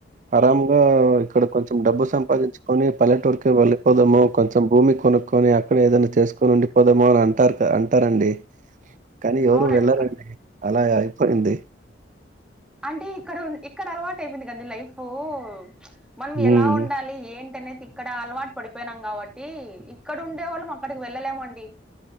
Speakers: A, on the right; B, in the centre.
A: ఆరమ్గా ఇక్కడ కొంచెం డబ్బు సంపాదించుకొని పల్లెటూరుకే వెళ్లిపోదాము కొంచెం భూమి కొనుక్కొని అక్కడ ఏదైనా చేసుకొని ఉండి పదమో అని అంటారు క అంటారండి
B: <inaudible>
A: కానీ ఎవరు
B: అవునండి.
A: వెళ్ళరండి
B: క
A: అలాగా అయిపొయింది
B: అంటే ఇక్కడ ఇక్కడ అలవాటు అయిపోయింది కదా లైఫ్ చ్ మనం
A: హ్మ్.
B: ఎలా ఉండాలి ఏంటనేది ఇక్కడ అలవాటు పడిపోయినాం కాబట్టి ఇక్కడ ఉండేవాళ్ళు అక్కడికి వెళ్ళలేమండి